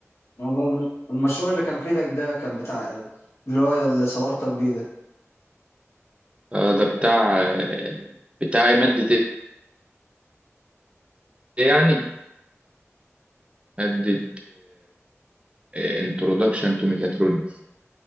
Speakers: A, on the left (about 65°); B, on the right (about 25°).
A: والله الم- المشروع اللي كان في ايدك ده كان بتاع ايه اللي هو اللي صورتك بيه ده
B: آه، ده بتاع آه، بتاع إيه؟ مادة ايه يعني مادة انترودكشن تو ميكاترونكس